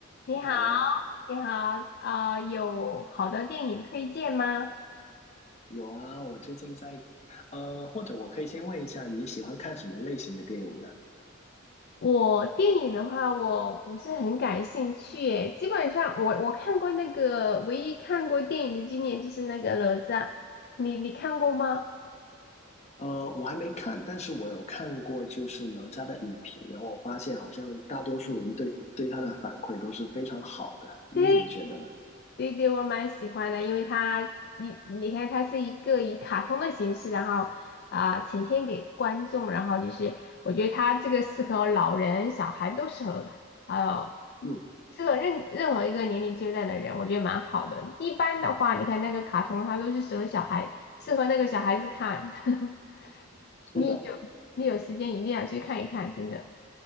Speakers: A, on the left; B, on the left.
A: 你好，
B: 你好呀，
A: 你好，啊、有好的电影推荐吗？
B: 有啊，我最近在，呃，或者我可以先问一下，你喜欢看什么类型的电影呢？
A: 我电影的话，我不是很感兴趣耶基本上我我看过那个唯一看过电影的经典就是那个哪吒，你你看过吗？
B: 呃，我还没看，但是我有看过就是哪吒的影评，然后我发现好像大多数人对对他的反馈都是非常好的，你怎么觉得呢？
A: 对，对对，我蛮喜欢的，因为它，你你看，它是一个以卡通的形式，然后啊、呈现给观众，然后就是我觉得它这个适合老人、小孩都适合，还有
B: 嗯，
A: 适合任任何一个年龄阶段的人，我觉得蛮好的。一般的话，你看那个卡通，它都是适合小孩，适合那个小孩子看。<laughs>
B: 是的，
A: 你有你有时间一定要去看一看，真的。